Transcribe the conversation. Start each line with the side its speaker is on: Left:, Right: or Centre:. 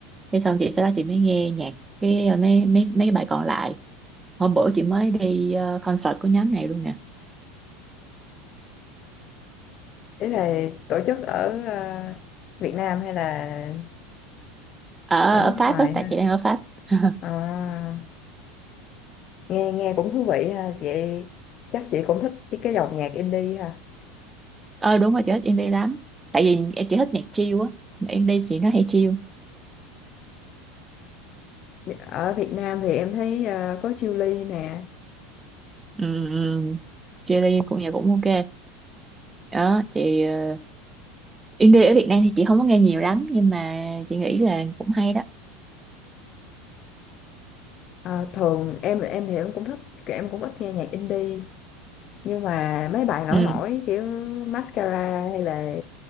Right: thế xong chị sau đó chị mới nghe nhạc cái ờ, mấy mấy mấy cái bài còn lại hôm bữa chị mới đi ờ, concert của nhóm này luôn nè
Left: ý là tổ chức ở ờ, Việt Nam hay là
Right: ở,
Left: ở nước
Right: ở Pháp
Left: ngoài
Right: á
Left: ha
Right: tại chị đang ở Pháp <laughs>
Left: à, nghe nghe cũng thú vị ha vậy chắc chị cũng thích cái cái dòng nhạc indie ha
Right: ờ đúng rồi chị thích indie lắm tại vì chị thích nhạc chill á Mà indie chị nó hay chill
Left: ở Việt Nam thì em thấy ờ, có Chillies nè
Right: um, chill cũng nhạc cũng ok đó chị ờ, indie ở Việt Nam thì chị không có nghe nhiều lắm nhưng mà chị nghĩ là cũng hay đó
Left: Ờ, thường em em thì em cũng thích em cũng ít nghe nhạc indie nhưng mà mấy bài nổi
Right: ừ
Left: nổi kiểu Mascara hay là